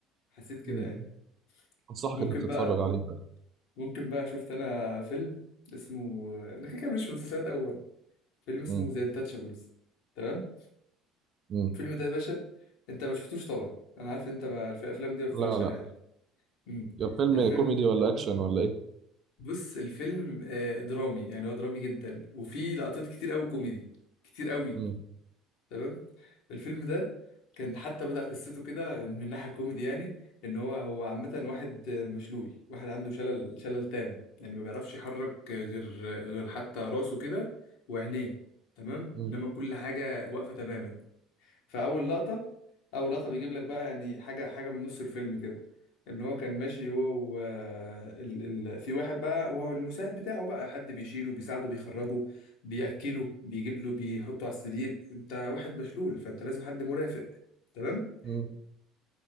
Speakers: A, on the left; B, on the right.
A: حسيت كده
B: مم.
A: يعني
B: انصحك
A: ممكن
B: انك تتفرج
A: بقى
B: عليه بقى.
A: ممكن بقى شفت انا فيلم اسمه انا كده كده ماليش في المسلسلات قوي برضه فيلم اسمه
B: مم.
A: ذا انتاتشابلز تمام
B: مم.
A: الفيلم ده يا باشا انت ما شفتوش طبعا انا عارف انت ما في الافلام دي ما بتتفرجش
B: لا لا
A: عليها أنت. أمم.
B: يا فيلم
A: الفيلم
B: كوميدي
A: ده
B: ولا اكشن ولا ايه
A: بص الفيلم آه، درامي يعني هو درامي جدا وفي لقطات كتير قوي كوميدي كتير قوي
B: مم.
A: تمام الفيلم ده كان حتى بدأ قصته كده من ناحية كوميدي يعني ان هو هو عامة واحد مشلول واحد عنده شلل شلل تام يعني ما بيعرفش يحرك غير غير حتى راسه كده وعينيه تمام
B: مم.
A: انما كل حاجة واقفة تماما فاول لقطه اول لقطه بيجيب لك بقى يعني حاجه حاجه من نص الفيلم كده ان هو كان ماشي هو و ال... ال... في واحد بقى هو المساعد بتاعه بقى حد بيشيله بيساعده بيخرجه بياكله بيجيب له بيحطه على السرير انت واحد مشلول فانت لازم حد مرافق تمام
B: مم.